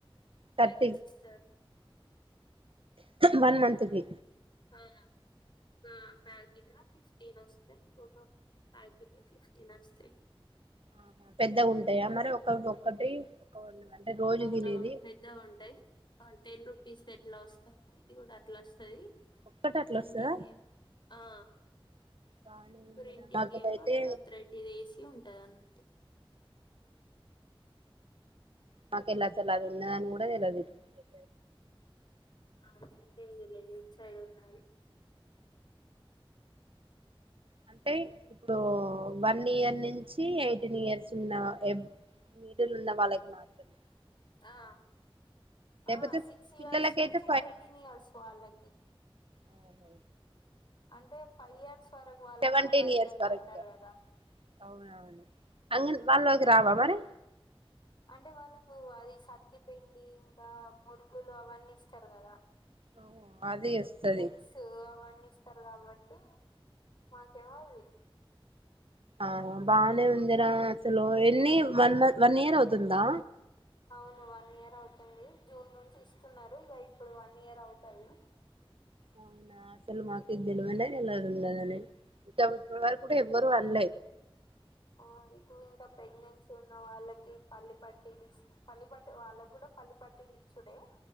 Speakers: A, on the left; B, on the right.
A: టూ
B: థర్టీ
A: ప్యాకెట్స్ ఇస్తారు
B: వన్ మంత్ కి
A: ఆ గా ప్యాకిటా ఫిఫ్టీన్ వస్ ఇంకొక ప్యాకెట్ లో ఫిఫ్టీన్ వస్తాయి
B: ఆ పెద్దగ ఉంటాయా మరి ఒక ఒక్కటి ఒక అంటే రోజు
A: అవునవును
B: తినేది
A: పెద్ద ఉంటాయి టెన్ రుపీస్ కెట్లా వస్తాయి ఇది కూడా అట్లా వస్తుది
B: ఒక్కటి అట్లా
A: ప్రింటింగ్
B: వస్తదా
A: ఏం ఆ
B: బానే ఉందిరా
A: ప్రింటింగ్
B: నాకైతే
A: ఏమో త్రెడ్డి వేసి ఉంటది అన్నట్టు
B: మాకు ఇల అసలు ఇల ఉన్నదాని కూడా తెలవదు ఊ
A: అవునా లేదు లే ఇటు సైడ్ ఉన్నాది
B: అంటే ఇప్పుడు వన్ ఇయర్ నుంచి ఎయిటీన్ ఇయర్స్ ఉన్న మిడిల్ ఉన్న వాళ్ళకి మాత్రమే
A: హా
B: లేకపోతే
A: ఆ ఆ సిక్స్ ఇయర్స్
B: పిల్లలకైతే
A: నుంచి ఎయిటీన్ ఇయర్స్ వాళ్ళకి
B: ఓహో
A: అంటే ఫైవ్ ఇయర్స్ వరకు వాళ్ళు
B: సెవన్
A: అంగన్వాడీలోనే
B: టెన్ ఇయర్స్ వరకు
A: ఉంటారు కదా
B: అంగన్వాడి బల్లో కి రావా మరి
A: అంటే వాళ్ళకు అది సద్ది పిండి ఇంకా మురుకులు అవన్నీ ఇస్తారు కదా
B: ఓహో అది వస్తది
A: ఎగ్స్ అవన్నీ ఇస్తారు కాబట్టి మాకివ్వదు అది
B: ఆ బానే ఉందిరా అసలు ఎన్ని వన్ వన్ ఇయర్ అవుతుందా
A: అవును వన్ ఇయర్ అవుతుంది జూన్ నుంచి ఇస్తున్నారు ఇక ఇప్పుడు వన్ ఇయర్ అవుతది
B: అవునా అసలు మాకిది తెల్వనే తెల్వదున్నదని ఇక ఇప్పటి వరుకూ ఎవ్వరు అన్లే
A: ఆ ఇప్పుడు ఇంక ప్రెగ్నెన్సీ ఉన్న వాళ్ళకి పల్లి పట్టీలు పల్లి పట్టి వాళ్ళకి కూడా పల్లి పట్లు ఇచ్చుడే